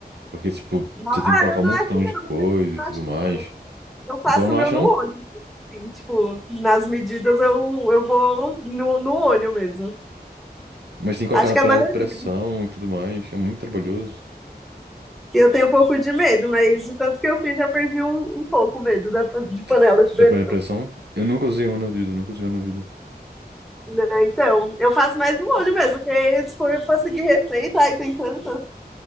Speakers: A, on the right; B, in the centre.
A: Porque, tipo,
B: Ah,
A: você tem que colocar
B: eu
A: um
B: não
A: montão
B: acho que
A: de
B: não,
A: coisa
B: eu não
A: e tudo
B: acho
A: mais.
B: que não. Eu faço
A: Então eu não
B: o meu
A: acho,
B: no
A: não.
B: olho, assim, tipo, nas medidas eu, eu vou no, no olho mesmo.
A: Mas tem que colocar
B: Acho
A: na
B: que
A: panela
B: a maioria
A: de pressão e tudo mais. É muito trabalhoso.
B: que eu tenho um pouco de medo, mas de tanto que eu fiz, já perdi um, um pouco o medo da, pan- de panela
A: Tu-
B: de
A: Da
B: pressão.
A: panela de pressão, eu nunca usei uma na vida, nunca usei uma na vida.
B: Né? Então, eu faço mais um olho mesmo, porque se for pra seguir receita, aí tem tanto,